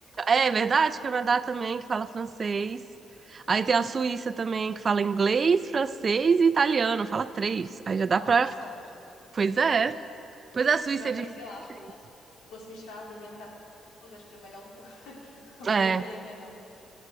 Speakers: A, on the right; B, on the left.
A: É verdade, Canadá também, que fala francês. Aí tem a Suíça também, que fala inglês, francês e italiano, fala três. Aí já dá
B: Nossa!
A: pra. Pois é. Pois é, a Suíça
B: Mas acho
A: é dividida
B: que, sei lá, acho
A: em três.
B: que se fosse misturar língua em casa, acho que é melhor um por, <laughs>
A: É,
B: por vez, né? Não. Sim.